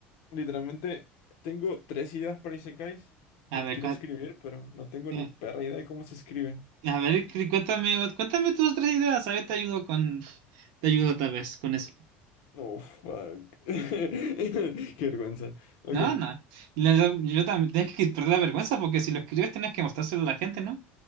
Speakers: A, on the left; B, on the right.
A: literalmente tengo tres ideas para Isekais
B: A
A: que
B: ver,
A: quiero
B: cua-
A: escribir, pero no tengo
B: eh,
A: ni perra idea de cómo se escribe.
B: a ver, cu- cuéntame, cuéntame tus otras ideas. A ver, te ayudo con, te ayudo tal vez con eso.
A: Oh, fuck. <laughs> Qué vergüenza. Ok,
B: No, no. La- Yo, también, tienes que perder la vergüenza porque si lo escribes tienes que mostrárselo a la gente, ¿no?